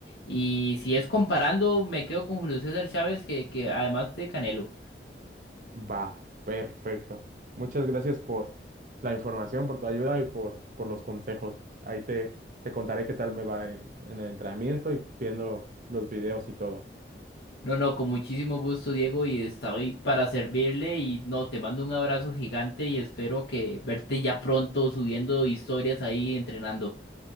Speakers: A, on the left (about 80°); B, on the right (about 45°).
A: Y si es comparando, me quedo con Julio César Chávez, que, que además de Canelo.
B: Va, perfecto. Muchas gracias por la información, por tu ayuda y por, por los consejos. Ahí te, te contaré qué tal me va en, en el entrenamiento y viendo los videos y todo.
A: No, no, con muchísimo gusto, Diego, y estoy para servirle. Y no, te mando un abrazo gigante y espero que verte ya pronto subiendo historias ahí entrenando.